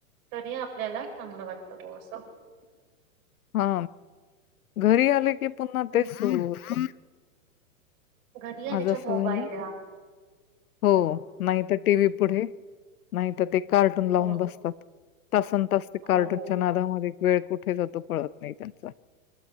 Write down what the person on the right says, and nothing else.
तरी आपल्याला चांगलं वाटतं ब असं <unintelligible>
हम्म.
घरी आले
का मोबाईल
द्या
हम्म.
हो
हो